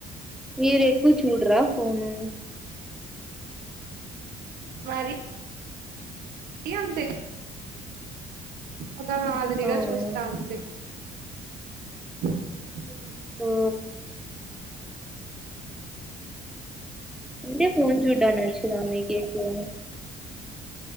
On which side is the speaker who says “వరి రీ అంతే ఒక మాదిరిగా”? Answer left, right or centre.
Right